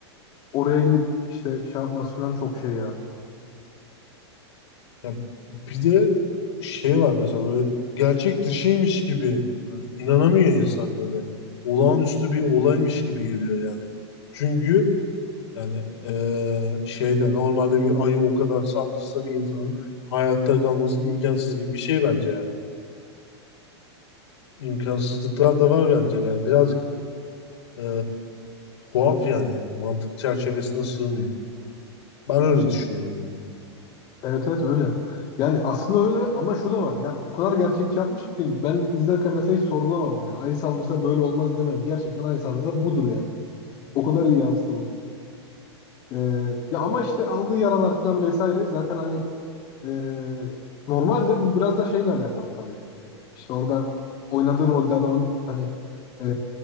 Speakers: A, on the left; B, on the left.
A: oraya gidip işte şey yapması falan çok şey ya.
B: Ya bir de şey var mesela böyle gerçek dışıymış gibi böyle inanamıyor insan böyle. Olağanüstü bir olaymış gibi geliyor yani. Çünkü yani e, şeyde normalde bir ayı o kadar saldırsa bir insanın hayatta kalması imkansız gibi bir şey bence yani. İmkansızlıklar da var bence be. Birazcık e, tuhaf yani. Mantık çerçevesine sığmıyor. Ben öyle düşünüyorum yani.
A: Evet evet öyle. Yani aslında öyle ama şu da var. Yani o kadar gerçekçi yapmış ki film. Ben izlerken mesela hiç sorgulamadım ya. Ayı saldırsa böyle olmaz demedim. Gerçekten ayı saldırsa budur yani. O kadar iyi yansıtılmış. Ee, ya ama işte aldığı yaralar falan vesaire zaten hani e, normalde bu biraz da şeyle alakalı tabii. İşte orada oynadığı rolde adamın hani e,